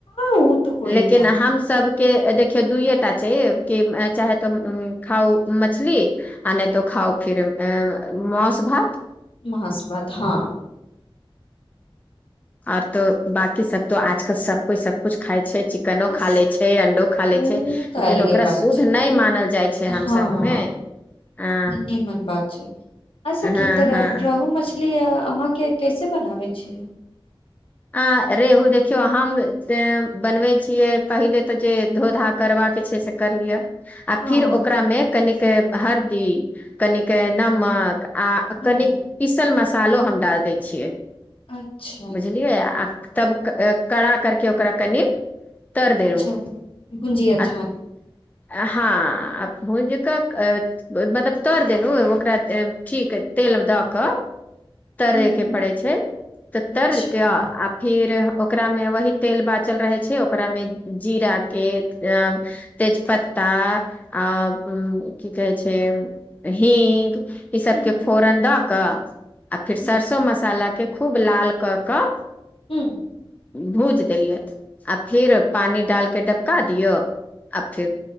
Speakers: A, on the left; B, on the left.
A: ओ तऽ कोइयो
B: लेकिन
A: बात
B: हम
A: न
B: सब के देखियौ दूईये <unintelligible> कि चाहे तऽ खाउ मछली आ नै तऽ खाउ खीर मांस भात
A: महस बात हँ
B: आओर तो बकी सब तो आजकल सब कोइ सब कुछ खाइ छै चिकनो
A: बस
B: खा ले छै अंडो खा ले
A: ओ
B: छै
A: तऽ
B: लेकिन
A: अलगे
B: ओकरा
A: बात
B: शुद्ध
A: छै
B: नहि मानल जाय छै
A: हँ
B: हम सबमे हँ
A: निमन बात छै एसे
B: हँ
A: खीतऽ रहू
B: हँ
A: मछली मानिलिए अहाँके कैसे बनाबै छियै
B: आ रेहू देखियौ हम बनबै छियै पहिले तऽ जे धोधा करबाक छै से कर लियै आ
A: हँ
B: फिर ओकरामे कनिक हरदी कनिक नमक आ
A: हँ
B: कनिक पीसल मसाला तालो हम डाल दै छियै
A: अच्छा
B: बुझलियै आ तब कड़ा करके ओकरा कनि तर देलू
A: अच्छा गुजिया
B: आ
A: छान
B: हँ आ भुज कऽ मतलब तर देलहुँ ओकरा ठीक तेल मे दऽ कऽ तरेके
A: हूँ हूँ
B: पड़ै छै तऽ तरके
A: अच्छा हूँ
B: आ फिर ओकरा मे वही तेल बाचल रहे छै ओकरा मे जीरा के तेज पत्ता आ की कहे छै हींग ई सबके
A: हूँ
B: फोरन दऽ कऽ आ फिर
A: हूँ
B: सरसो मसाला के खूब लाल कऽ कऽ
A: ह्म
B: भूज देलियैथ आ फिर पानी डालके डप का दियऔ आ फेर